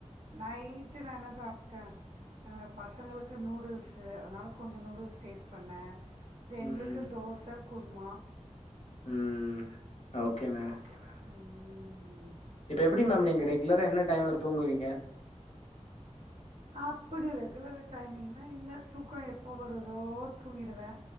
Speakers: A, on the right (about 80°); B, on the left (about 60°).
A: நைட்டு நா என்ன சாப்ட்டே பசங்களுக்கு நூடுல்ஸு அதனால கொஞ்சோ நூடுல்ஸ் டேஸ்ட் பண்ணே அப்ற எங்களுக்கு
B: ம்
A: தோச குர்மா
B: ம் ஓகே மே
A: ம்
B: இப்ப எப்டி மேம் நீங்க ரெகுலரா என்ன டைம்ல தூங்குவீங்க
A: அப்டி ரெகுலர் டைமிங்லா இல்ல தூக்கோ எப்போ வருதோ தூங்கிடுவே